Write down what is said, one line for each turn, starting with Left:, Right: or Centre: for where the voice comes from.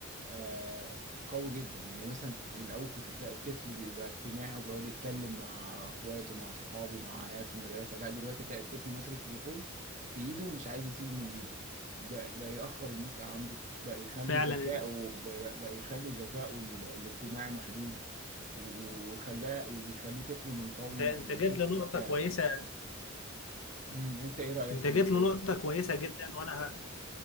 Right: آه، قوي جدا يعني مثلا الأول كنت تلاقي الطفل بيبقى اجتماعي وبيقعد يتكلم مع إخواته مع صحابه مع عيال في المدرسة لا دلوقتي تلاقي الطفل ماسك التليفون في إيده ومش عايز يسيبه من إيده بقى بقى يأخر النطق عنده بقى يخلي
Left: فعلا
Right: ذكائه بقى بقى يخلي ذكائه ال- الاجتماعي محدود و- وخلاه وبيخليه طفل منطوي
Left: انت انت
Right: وطفل
Left: جيت لنقطه
Right: بتاع
Left: كويسه
Right: أمم، أنت إيه رأيك
Left: انت
Right: في الموضوع
Left: جيت لنقطه
Right: ده؟
Left: كويسه جدا وانا ه...